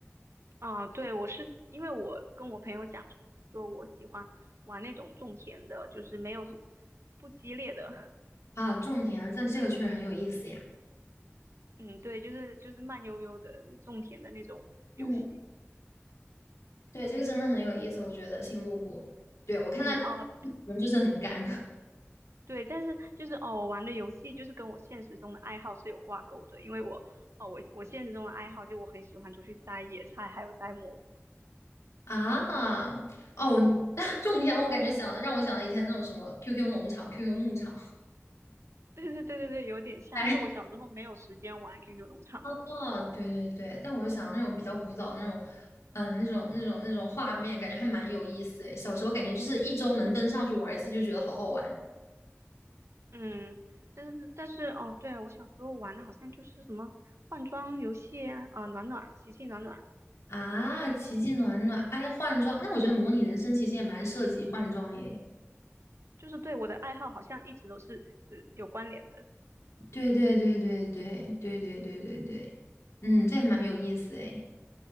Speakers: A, on the right; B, on the left.
A: 啊，对，我是因为我跟我朋友讲说，我喜欢玩那种种田的，就是没有不激烈的。<laughs>
B: 啊，种田，但这个确实很有意思呀。
A: 嗯，对，就是就是慢悠悠的嗯种田的那种游戏。
B: 嗯，对，这个真的很有意思，我觉得星露谷，对，我看到
A: 嗯，哦，
B: <laughs> 人就是很干
A: 对，但是就是哦，我玩的游戏就是跟我现实中的爱好是有挂钩的，因为我哦，我我现实中的爱好就我很喜欢出去摘野菜，还有摘蘑菇。
B: <laughs> 啊，哦，我 <laughs> 种田，我感觉想的让我想到以前那种什么 QQ 农场、QQ 牧场，
A: <laughs> 对对对对对，有点像，
B: <laughs> 哎
A: 但是我小时候没有时间玩 QQ 农场啊。
B: 哦，对对对，但我就想那种比较古早那种，嗯，那种那种那种画面，感觉还蛮有意思诶。小时候感觉就是一周能登上去玩一次，就觉得好好玩
A: 嗯，但是但是哦，对啊，我小时候玩的好像就是什么换装游戏啊，啊、暖暖、奇迹暖暖，
B: 啊！奇迹暖暖，哎，换装，那我觉得模拟人生其实也蛮涉及换装耶。
A: 就是对我的爱好好像一直都是呃有关联的。
B: 对对对对对对对对对对，嗯，这还蛮有意思诶。